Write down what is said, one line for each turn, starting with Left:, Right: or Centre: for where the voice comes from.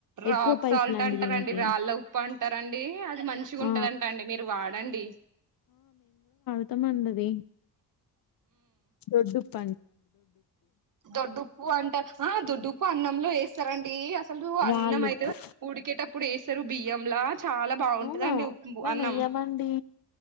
Right: రాక్
Left: ఎక్కువ పైసలండి
Right: సాల్ట్ అంటారండి
Left: దీనికి.
Right: రాళ్ళ ఉప్పు అంటారండి అది మంచిగుంటదంట
Left: ఆ!
Right: అండి మీరు వాడండి
Left: మొత్తం మండది. దొడ్డుప్ప
Right: దొడ్డుప్పుూ అంటర్ ఆ దొడ్ అన్నంలో ఏస్తారండి అస సలు అన్నమయితే
Left: రాళ్ళుప్పు.
Right: ఉడికేట ఇప్పుడు ఏస్తారు బియ్యంలా చాలా బాగుంటదండి
Left: అవునా!
Right: ఉప్
Left: మేమెయ్యమండి.
Right: అన్నం